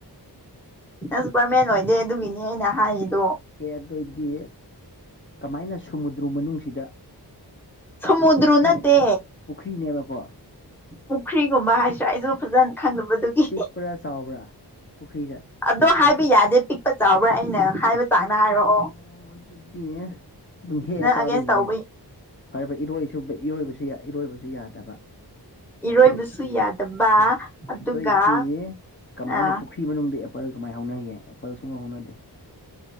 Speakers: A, in the centre; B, on the left.
A: ꯅꯪ ꯁꯨꯄꯔꯃꯦꯟ ꯑꯣꯏꯗꯦ ꯑꯗꯨꯒꯤꯅꯤ ꯑꯩꯅ ꯍꯥꯏꯔꯤꯗꯣ
B: ꯑꯦ ꯑꯗꯣꯏꯗꯤ ꯀꯃꯥꯏꯅ ꯁꯨꯃꯨꯗ꯭ꯔ ꯃꯅꯨꯡꯁꯤꯗ
A: ꯁꯃꯨꯗꯨꯔ
B: ꯄꯨꯈ꯭ꯔꯤ
A: ꯅꯠꯇꯦ
B: ꯄꯨꯈ꯭ꯔꯤꯅꯦꯕꯀꯣ
A: ꯄꯨꯈ꯭ꯔꯤꯒꯨꯝꯕ ꯍꯥꯏꯁꯤꯔ ꯑꯩꯁꯨ ꯐꯖꯅ ꯈꯪꯗꯕꯗꯨꯒꯤ
B: ꯄꯨꯔꯥ ꯆꯥꯎꯕ꯭ꯔꯥ ꯄꯨꯈ꯭ꯔꯤꯁꯦ
A: ꯑꯗꯣ ꯍꯥꯏꯕ ꯌꯥꯗꯦ ꯄꯤꯛꯄ ꯆꯥꯎꯕ꯭ꯔꯥ ꯑꯩꯅ ꯍꯥꯏꯕ ꯆꯥꯡꯗ ꯍꯥꯏꯔꯛꯑꯣ
B: ꯑꯣ ꯑꯗꯨꯗꯤ ꯑꯗꯨ ꯍꯦꯛꯑ
A: ꯅꯪ
B: ꯆꯥꯗꯣꯏꯅꯤ
A: ꯑꯒꯦꯟꯁ ꯇꯧꯕ
B: ꯀꯩꯅꯣ ꯐꯔꯦ ꯐꯔꯦ ꯏꯔꯣꯏꯁꯨ ꯏꯔꯣꯏꯕꯁꯨ ꯏꯔꯣꯏꯕꯁꯨ ꯌꯥꯗꯕ
A: ꯏꯔꯣꯏꯕꯁꯨ
B: ꯑꯗꯣꯏꯗꯤ
A: ꯌꯥꯗꯕ ꯑꯗꯨꯒ
B: ꯑꯗꯣꯏꯗꯤ ꯀꯃꯥꯏꯅ
A: ꯑꯥ
B: ꯄꯨꯈ꯭ꯔꯤ ꯃꯅꯨꯡꯗ ꯑꯦꯄꯜ ꯀꯃꯥꯏꯟ ꯍꯧꯅꯒꯦ ꯑꯦꯄꯜ ꯁꯨꯛ ꯍꯧꯅꯗꯦ